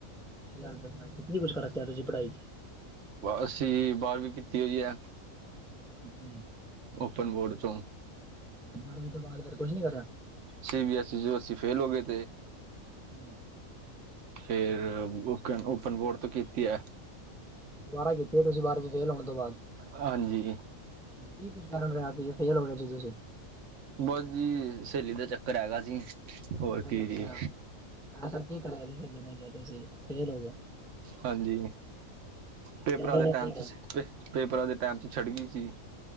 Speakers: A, in the centre; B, on the right.
A: ਕੀ ਕਰਦੇ ਪੜਾਈ, ਕੀ ਕੁੱਝ ਕਰਿਆ ਤੁਸੀਂ ਪੜ੍ਹਾਈ ਚ
B: ਅਸੀਂ ਬਾਹਾਰਵੀ ਕੀਤੀ ਹੋਈ ਹੈ।
A: ਅੱਛਾ ਜੀ।
B: ਓਪਨ ਬੋਰਡ ਚੋ
A: ਬਾਰ੍ਹਵੀਂ ਤੋਂ ਬਾਅਦ ਫਿਰ। ਕੁਝ ਨਹੀਂ ਕਰਿਆ
B: ਸੀ ਬੀ ਐਸ ਈ, ਚੋ ਅਸੀ ਫੇਲ ਹੋ ਗਏ ਥੇ
A: ਅੱਛਾ ਜੀ।
B: ਫੇਰ ਔਪਨ ਬੋਰਡ ਤੋਂ ਕੀਤੀ ਹੈ।
A: ਦੁਬਾਰਾ ਕੀਤੀ ਐ, ਤੁਸੀਂ ਬਾਰਵੀਂ ਫੇਲ ਹੋਣ ਤੋਂ ਬਾਅਦ।
B: ਹਾਂਜੀ
A: ਕੀ ਕੁਛ ਕਾਰਨ ਰਿਹਾ ਸੀ, ਫੇਲ ਹੋ ਗਏ ਸੀ ਤੁਸੀਂ।
B: ਬਸ ਜੀ ਸਹੇਲੀ ਦਾ ਚੱਕਰ ਹੈਗਾ ਸੀ। ਹੋਰ
A: ਅੱਛਾ
B: ਕੀ
A: ਅੱਛਾਾ
B: ਜੀ
A: ਐਸਾ ਕੀ ਕਰਿਆ ਸੀ, ਕਿ ਇੰਨਾ ਜਦ ਤੁਸੀ ਫੇਲ ਹੋ ਗਏ
B: ਹਾਂਜੀ ਪੇਪਰਾਂ
A: ਸਹੇਲੀ
B: ਦੇ
A: ਨੇ
B: ਟਾਈਮ
A: ਕੀ
B: 'ਚ
A: ਕਰਿਆ
B: ਪੇਪਰਾਂ ਦੇ ਟਾਈਮ 'ਚ, ਛੱਡ ਗਈ ਸੀ।